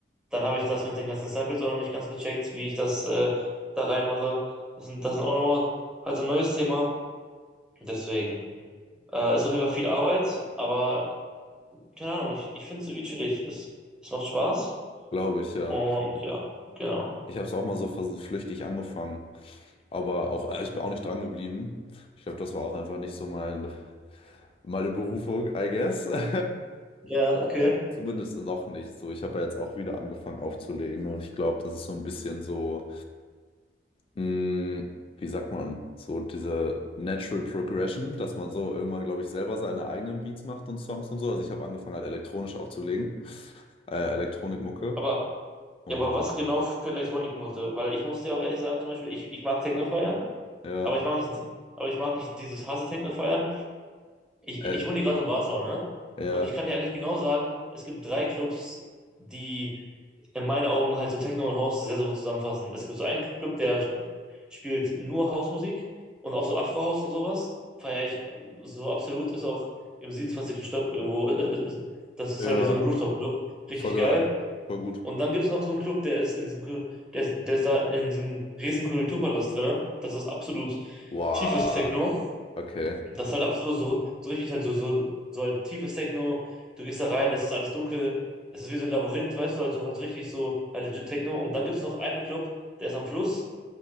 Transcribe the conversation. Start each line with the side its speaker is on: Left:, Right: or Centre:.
Centre: Dann habe ich das mit den ganzen Samples auch noch nicht ganz gecheckt, wie ich das äh, da reinmache. Das sind, das sind auch nochmal halt so ein neues Thema. Deswegen äh, ist auf jeden Fall viel Arbeit, aber keine Ahnung, ich, ich finde es irgendwie chillig. Es, es macht Spaß
Left: glaube ich, ja.
Centre: und ja, genau.
Left: Ich habe es auch mal so vers- flüchtig angefangen. Aber auch, äh, ich bin auch nicht dran geblieben. Ich glaube, das war auch einfach nicht so mein, meine Berufung, I guess. <laughs>
Centre: Ja, okay.
Left: Äh, zumindest noch nicht so. Ich habe ja jetzt auch wieder angefangen aufzulegen und ich glaube, das ist so ein bisschen so, mh, wie sagt man, so diese Natural Progression, dass man so irgendwann, glaube ich, selber seine eigenen Beats macht und Songs und so. Also ich habe angefangen halt elektronisch aufzulegen, äh, Elektronikmucke
Centre: Aber,
Left: und
Centre: ja, aber was genau für Elektronik musste? Weil ich muss dir auch ehrlich sagen, zum Beispiel, ich, ich mag Techno feiern,
Left: ja,
Centre: aber ich mag nicht, die- aber ich mag nicht dieses harte Techno feiern. Ich,
Left: äh,
Centre: ich wohne hier gerade in Warschau, ne?
Left: ja,
Centre: Und ich kann dir ehrlich genau sagen, es gibt drei Clubs, die in meinen Augen halt so Techno und House sehr, sehr gut zusammenfassen. Es gibt so einen Club, der spielt nur Housemusik und auch so Afro-House und sowas. Feiere ich so absolut, ist auch im siebenundzwanzigsten Stock irgendwo. <laughs> Das ist
Left: ja,
Centre: halt wie so ein Rooftop-Club. Richtig
Left: voll geil,
Centre: geil.
Left: voll gut.
Centre: Und dann gibt es noch so einen Club, der ist in diesem, Kul- der ist, der ist da in diesem riesen Kulturpalast drin. Das ist absolut
Left: Wow,
Centre: tiefes Techno.
Left: okay,
Centre: Das ist halt absolut so, so so richtig halt so, so, so halt tiefes Techno. Du gehst da rein, es ist alles dunkel, es ist wie so ein Labyrinth, weißt du, Also halt so richtig so halt legit Techno. Und dann gibt es noch einen Club, der ist am Fluss